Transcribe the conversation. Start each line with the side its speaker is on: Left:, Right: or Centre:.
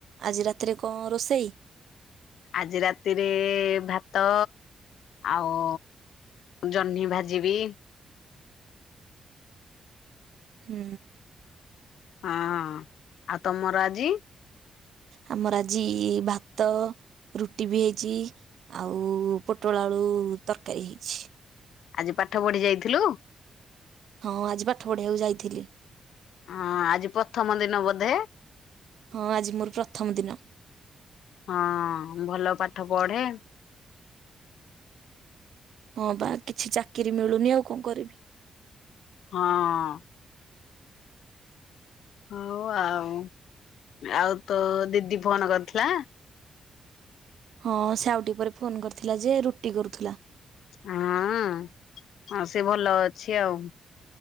Right: ଆଜି ରାତିରେ କଣ ରୋଷେଇ?
Left: ଆଜି ରାତିରେ ଭାତ ଆଉ ଜହ୍ନି ଭାଜିବି।
Right: ହୁଁ।
Left: ହଁଅ-ଅ ଆଉ ତମର ଆଜି?
Right: ଆମର ଆଜି-ଇ-ଇ ଭାତ ରୁଟି ବି ହେଇଚି। ଆଉ-ଉ-ଉ ପୋଟଳ ଆଳୁ ତରକାରୀ ହେଇଛି।
Left: ଆଜି ପାଠ ପଢି ଯାଇଥିଲୁ?
Right: ହଁଅ-ଅ ଆଜି ପାଠ ପଢିବାକୁ ଯାଇଥିଲି।
Left: ହଁଅ-ଅ ଆଜି ପ୍ରଥମ ଦିନ ବୋଧେ?
Right: ହଁ ଆଜି ମୋର ପ୍ରଥମ ଦିନ।
Left: ହଁଅ-ଅ ଭଲ ପାଠ ପଢେ।
Right: ହଁ ପା କିଛି ଚାକିରି ମିଳୁନି ଆଉ କଣ କରିବି।
Left: ହଁ। ହଉ ଆଉ, ଆଉ ତୋ ଦିଦି ଫୋନ୍ କରିଥିଲା?
Right: ହଁ ସେ ଆଉ ଟିକେ ପରେ ଫୋନ କରିଥିଲା ଯେ ରୁଟି କରୁଥିଲା।
Left: ହଁଅ-ଅ, ହଁ ସେ ଭଲ ଅଛି ଆଉ।